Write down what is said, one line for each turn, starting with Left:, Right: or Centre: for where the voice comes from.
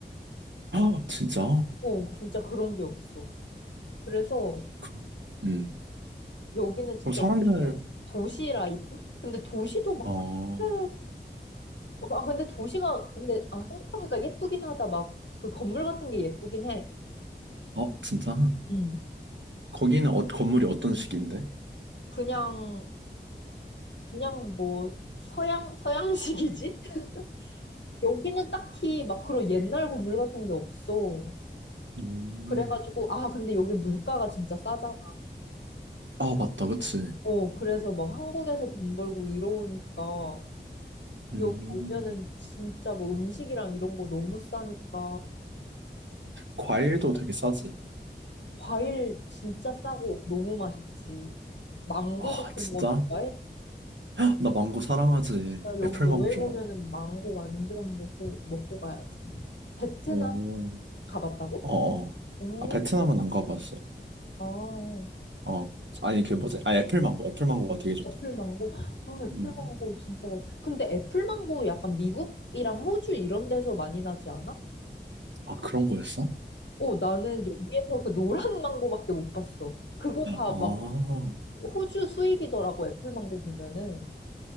Right: 아, 진짜?
Left: 어, 진짜 그런 게 없어. 그래서
Right: 그럼, 음.
Left: 여기는 진짜
Right: 그럼 사람들,
Left: 오히려 도시 라이프? 근데 도시도 막
Right: 어,
Left: 그렇게,
Right: <clears throat>
Left: 어, 아, 근데 도시가, 근데, 아, 생각해보니까 예쁘긴 하다. 막 그 건물 같은 게 예쁘긴 해.
Right: 어, 진짜?
Left: 음.
Right: 거기는 어, 건물이 어떤 식인데?
Left: 그냥, 그냥 뭐, 서양, 서양식이지? <laughs> 여기는 딱히 막 그런 옛날 건물 같은 게 없어.
Right: 음.
Left: 그래가지고, 아, 근데 여기 물가가 진짜 싸잖아.
Right: 아, 맞다, 그치.
Left: 어, 그래서 막 한국에서 돈 벌고 이러니까
Right: 음.
Left: 여기 오면은 진짜 뭐 음식이랑 이런 거 너무 싸니까
Right: 과일도 되게 싸지.
Left: 과일 진짜 싸고 너무 맛있지. 망고
Right: 아,
Left: 같은
Right: 진짜?
Left: 거 좋아해?
Right: <laughs> 나 망고 사랑하지.
Left: 나 여기
Right: 애플 망고
Left: 여행
Right: 좋아해.
Left: 오면은 망고 완전 먹고, 먹고 가야지. 베트남
Right: 오.
Left: 가봤다고?
Right: 어, 어.
Left: 응,
Right: 아, 베트남은 안 가봤어.
Left: 아,
Right: 어. 아니, 그 뭐지? 아, 애플 망고. 애플 망고가 되게 좋다.
Left: 애플망고. 아, 애플망고
Right: 음.
Left: 진짜 맛 근데 애플망고 약간 미국이랑 호주 이런 데서 많이 나지 않아?
Right: 아, 그런 거였어?
Left: 어, 나는 여기에서 그 노란 망고밖에 못 봤어. 그건 다
Right: 아.
Left: 막 호주 수입이더라고, 애플망고 보면은.